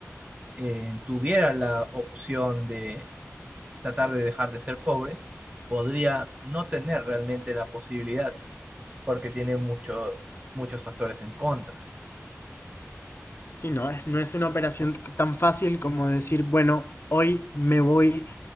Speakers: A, on the right; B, on the left.
A: eh, tuviera la opción de tratar de dejar de ser pobre, podría no tener realmente la posibilidad, porque tiene mucho, muchos factores en contra,
B: Sí, no es, no es una operación tan fácil como decir, bueno, hoy me voy